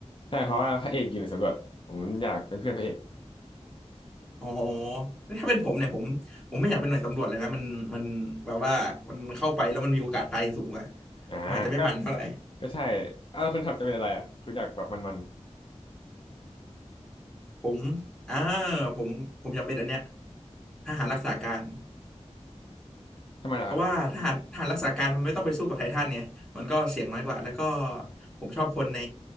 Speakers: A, on the left; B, in the centre.
A: ใช่เพราะว่าพระเอกอยู่ในสำรวจผมอยากเป็นเพื่อนพระเอก
B: อ๋อถ้าเป็นผมเนี่ยผมผมไม่อยากเป็นหน่วยสำรวจเลยนะมันมันแบบว่ามันเข้าไปแล้วมันมีโอกาสตายสูงอะ
A: อ่าก็
B: มนอาจจะไม่มันเท่าไหร่
A: ก็ใช่เอ้าคุณทับจะเป็นอะไรอ่ะคุณอยากแบบมัน
B: ผมอ่าผมผมอยากเป็นอันเนี้ยทหารรักษาการ
A: ๆทำไมล่ะครับ
B: เพราะว่าทหารทหารรักษาการมันไม่ต้องไปสู้กับไททันไงมันก็เสี่ยงน้อยกว่า แล้วก็ผมชอบคนใน